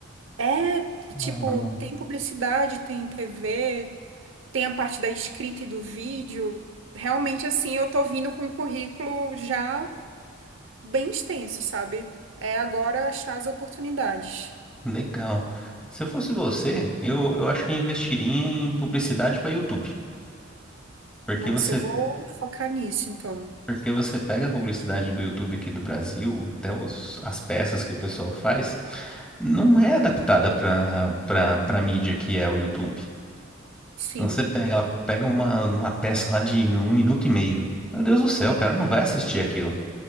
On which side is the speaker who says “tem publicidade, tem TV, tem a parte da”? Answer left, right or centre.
Right